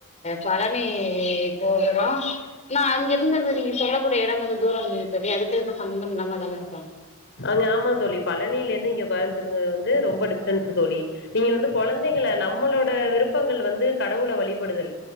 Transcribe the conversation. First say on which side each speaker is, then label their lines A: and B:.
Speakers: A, on the left (about 35°); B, on the left (about 60°).
A: பழனி போகறோ நா அங்க இருந்தது நீங்க சொல்லக்கூடிய எடம் வந்து தூரம் இரு தோழி அதுக்கு இதுக்கு சம்பந்தம் இல்லாம தான இருக்கு
B: அங்க ஆமா தோழி பழனில இருந்து இங்க கோயம்புத்தூர் வந்து ரொம்ப டிஸ்டன்ஸ் தோழி நீங்க வந்து குழந்தைங்கள நம்மளோட விருப்பங்கள் வந்து கடவுள வழிபடுதல்